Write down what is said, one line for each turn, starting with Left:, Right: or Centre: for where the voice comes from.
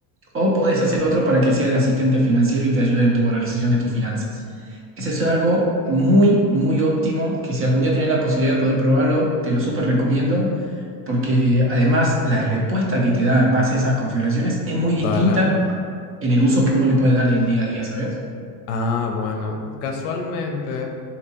Right: O podés hacer otro para que sea el asistente financiero y te ayude en tu organización de tus finanzas. Eso es algo muy, muy óptimo, que si algún día tenés la posibilidad de poder probarlo, te lo súper recomiendo, porque además la respuesta que te da en base a esas configuraciones es muy distinta
Left: Vale.
Right: en el uso que uno le puede dar del día a día, ¿sabes?
Left: Ah, bueno, casualmente, o